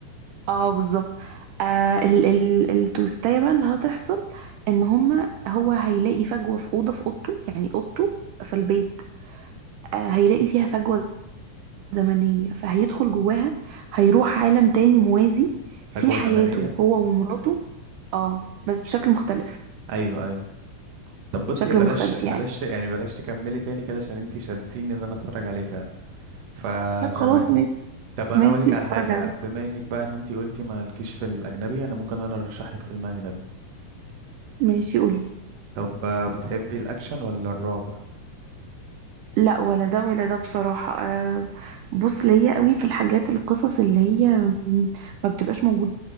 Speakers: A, on the right; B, on the right.
A: اه بالظبط آه ال ال التوستاية بقى اللي هتحصل ان هما هو هيلاقي فجوة في أوضة في أوضته يعني أوضته في البيت آه هيلاقي فيها فجوة زمنية فهيدخل جواها هيروح عالم تاني موازي
B: فجوة
A: في حياته
B: زمنية
A: هو ومراته اه بس بشكل مختلف
B: ايوه ايوه طب بصي
A: بشكل
B: بلاش
A: مختلف
B: بلاش
A: يعني
B: يعني بلاش تكملي تاني كده عشان انتي شدتيني ان انا اتفرج عليه فعلا فتمام
A: طب خلاص ماشي
B: طب انا
A: ماشي
B: اقول لك
A: اتفرج
B: على حاجه
A: عليه
B: بما انك بقى ان انت قلتي مالكيش في الاجنبي انا ممكن انا ارشح لك فيلم اجنبي
A: ماشي قولي
B: طب آه، بتحبي الاكشن ولا الرعب
A: لا ولا ده ولا ده بصراحة آه، بص ليا قوي في الحاجات القصص اللي هي م- ما بتبقاش موجودة